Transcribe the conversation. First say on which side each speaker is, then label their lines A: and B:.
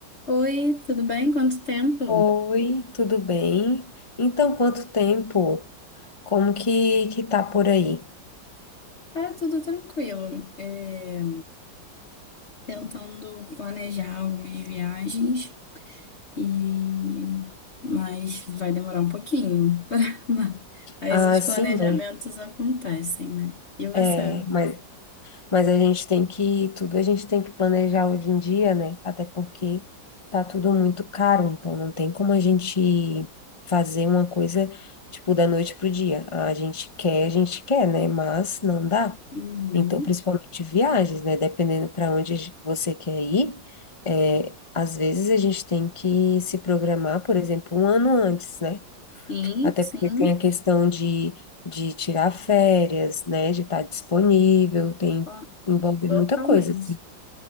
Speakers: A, on the left; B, on the left.
A: Oi, tudo bem? Quanto tempo?
B: Oi, tudo bem? Então, quanto tempo? Como que que tá por aí?
A: Ah, tudo tranquilo. É, tentando planejar algumas viagens e mas vai demorar um pouquinho. <laughs> pra- Mas
B: Ah,
A: os planejamentos
B: sim, né?
A: acontecem, né? E você?
B: É, mas, mas a gente tem que, tudo a gente tem que planejar hoje em dia, né? Até porque tá tudo muito caro, então não tem como a gente fazer uma coisa, tipo, da noite pro dia. Ah, A gente quer, a gente quer, né? Mas não dá.
A: Uhum.
B: Então, principalmente viagens, né? Dependendo para onde a gen- você quer ir, é, às vezes a gente tem que se programar, por exemplo, um ano antes, né?
A: Sim,
B: Até
A: sim,
B: porque tem a questão de, de tirar férias, né? De estar disponível, tem,
A: to-
B: envolve
A: totalmente.
B: muita coisa, assim.